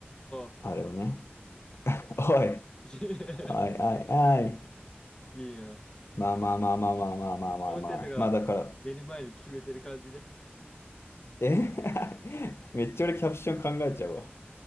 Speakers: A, on the left; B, on the left.
A: ー。
B: あれをね。<laughs> おい、
A: <laughs>
B: おい、おい、おい。
A: いいやん。
B: まあまあまあまあまあまあまあまあまあ。
A: ーセ生トが出る前に決めてる感じで。
B: まあだから、え <laughs> めっちゃ俺キャプション考えちゃうわ。